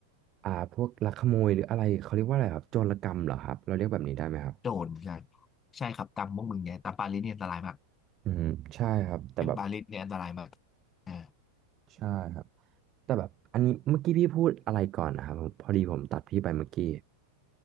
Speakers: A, on the right; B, on the left.
A: อ่าพวกลักขโมยหรืออะไรเขาเรียกว่าอะไรครับโจรกรรมเหรอครับเราเรียกแบบนี้ได้ไหมครับ
B: โจรใช่ใช่ครับตามพวกมึงเนี่ยตามปารีสเนี่ยอันตรายมาก
A: อืมใช่ครับแต่แบบ
B: อย่างปารีสเนี่ยอันตรายมากอ่า
A: ใช่ครับแต่แบบอันนี้เมื่อกี้พี่พูดอะไรก่อนนะครับผมพอดีผมตัดพี่ไปเมื่อกี้